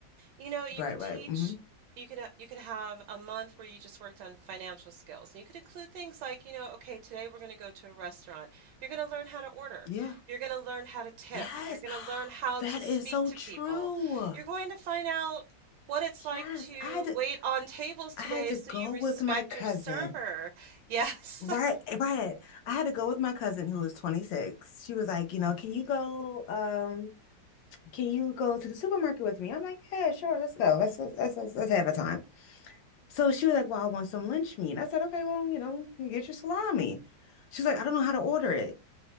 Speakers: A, on the right; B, on the left.
A: You know, you
B: right,
A: could
B: right.
A: teach,
B: hmm
A: you could uh, you could have a month where you just worked on financial skills. And you could include things like, you know, okay, today we're going to go to a restaurant. You're going to learn how to order.
B: Yeah.
A: You're going to learn how to tip.
B: Yes.
A: You're going
B: <gasps>
A: to learn how
B: That
A: to speak
B: is so
A: to
B: true.
A: people. You're going to find out what it's
B: Yes.
A: like to
B: I had to
A: wait on tables today
B: I had to
A: so
B: go
A: you respect
B: with my cousin.
A: your server. Yes.
B: Right,
A: <laughs>
B: right. I had to go with my cousin who was 26. She was like, you know, can you go um can you go to the supermarket with me? I'm like, yeah, sure, let's go. Let's let's let's let's, let's have a time. So she was like, Well, I want some lunch meat. I said, Okay, well, you know, you get your salami. She's like, I don't know how to order it.